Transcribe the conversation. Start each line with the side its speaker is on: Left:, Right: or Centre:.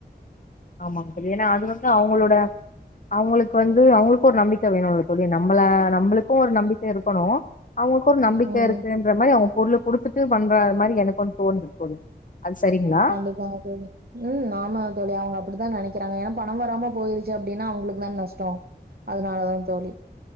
Left: ஆமாம் தோழி ஏன்னா அது வந்து அவங்களோட அவங்களுக்கு வந்து அவங்களுக்கு ஒரு நம்பிக்கை வேணும்ல்ல தோழி நம்மள நம்மளுக்கு ஒரு நம்பிக்கை இருக்கணு அவங்களுக்கு ஒரு நம்பிக்க
Right: ம்
Left: இருக்குதுனு மாரி அவங்க பொருளை குடுத்துட்டு பண்றா மாரி எனக்கு ஒன்னு தோணுது தோழி அது சரிங்களா
Right: கண்டிப்பாங் தோழி ம் ஆமா தோழி அவங்க அப்டித்தா நெனைக்கிறாங்க ஏன்னா பணம் வராம போயிருச்சு அப்டின்னா அவங்களுக்கு தானே நஷ்டே அதுனால தான் தோழி